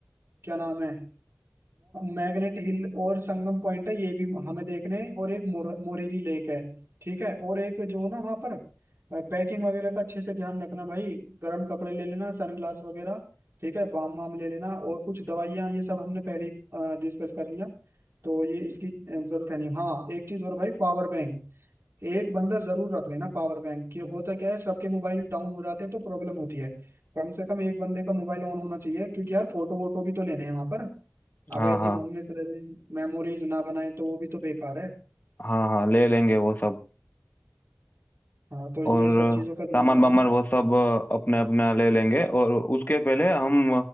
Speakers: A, on the right; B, on the left.
A: क्या नाम है मैग्नेट हिल और संगम पॉइंट है ये भी हमें देखने हैं और एक मोर, मोरीरी लेक है ठीक है और एक जो ना वहाँ पर पैकिंग वगैरह का अच्छे से ध्यान रखना भाई गर्म कपड़े ले लेना सनग्लास वगैरह ठीक है बाम वाम ले लेना और कुछ दवाइयाँ ये सब हमने पहले ही डिस्कस कर लिया तो ये इसकी अ, जरूरत है नहीं हाँ एक चीज और भाई पावर बैंक एक बंदा जरूर रख लेना पावर बैंक कि होता क्या है सबके मोबाइल डाउन हो जाते हैं तो प्रॉब्लम होती है कम से कम एक बंदे का मोबाइल ऑन होना चाहिए क्योंकि यार फोटो वोटो भी तो लेने हैं वहां पर अब
B: हाँ
A: ऐसे
B: हाँ
A: घूमने चले रहे हैं मेमोरीज ना बनाए तो वो भी तो बेकार है
B: हाँ हाँ ले लेंगे वो सब
A: हाँ तो ये
B: और
A: सब चीजों का ध्यान
B: सामान
A: रखना
B: वामान वो सब अपने अपना ले लेंगे और उसके पहले हम